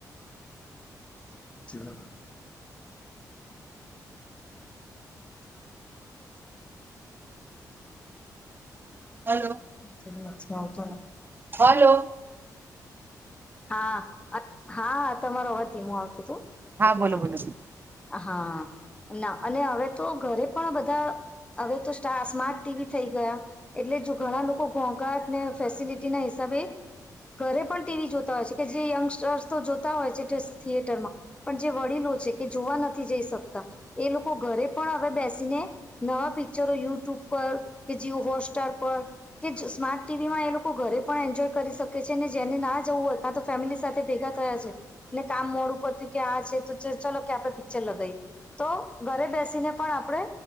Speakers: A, on the left; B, on the right.
A: છ <inaudible>
B: હલો
A: નથી આવતો
B: હલોો
A: હા અ હા તમારો આવા ધીમું આવતું હતું
B: હા
A: એટલા
B: બોલો
A: માટે
B: બોલો
A: હા ના અને હવે તો ઘરે પણ બધા હવે તો સ્માર્ટ ટીવી થઈ ગયા એટલે જો ઘણા લોકો ઘોઘાટને ફેસિલિટી ના હિસાબ સબે ઘરે પણ ટીવી જોતા હોય છે કે જે યંગસ્ટર્સ તો જોતા હોય છે થિયેટરમાં પણ જે વડીલો છે કે જોવા નથી જઈ શકતા એ લોકો ઘરે પણ હવે બેસીને નવા પિક્ચરો યુટ્યુબ પર કે જી હોટ સસ્ટાર પર કે સ્માર્ટ ટીવી માં એ લોકો ઘરે પણ એન્જોય કરી શક ને જેને ના જવું હોય ત તો ફેમિલી સાથે ભેગા થયા છે ને કામ મોડું પડતું કે આ છે તો ચાલો ક્યા પે પિક્ચર લગઈ તો ઘરે બેસીને પણ આપણે